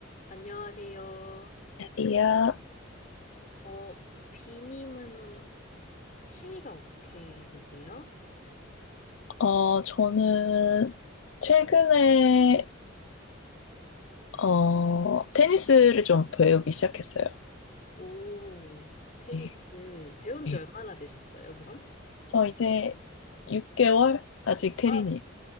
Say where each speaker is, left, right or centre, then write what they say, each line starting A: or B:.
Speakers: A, on the left; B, on the left.
A: 안녕하세요.
B: 이야,
A: 어, 비님은 취미가 어떻게 되세요?
B: 어, 저는 최근에, 어, 테니스를 좀 배우기 시작했어요.
A: 오, 테니스
B: 예,
A: 배운 지
B: 예.
A: 얼마나 되셨어요, 그럼?
B: 저 이제 6개월? 아직 테린이에요.
A: 아,